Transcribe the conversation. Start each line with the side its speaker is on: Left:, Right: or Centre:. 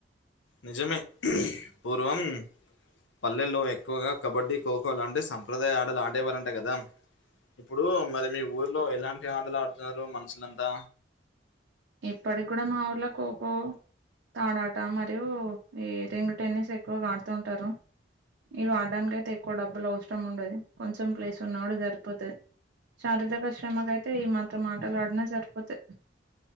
Left: నిజమే హ్మ్ఁ పూర్వం పల్లెల్లో ఎక్కువగా కబడ్డీ ఖోఖో లాంటి సంప్రదాయ ఆటలు ఆడేవారంట కదా ఇప్పుడూ మరి మీ ఊర్లో ఎలాంటి ఆటలు ఆడుతున్నారు మనుసులంతా
Right: ఇప్పటి కూడా మా ఊర్లో కోకో తాడాట మరియు ఈ రింగ్ టెన్నిస్ ఎక్కువగా ఆడుతుంటారు ఇవి ఆడటానికి అయితే ఎక్కువ డబ్బులు అవసరం ఉండది కొంచెం ప్లేస్ ఉన్న కూడా సరిపోతది శారీరక శ్రమకైతే ఈ మాత్రం ఆటలు ఆడినా సరిపోతది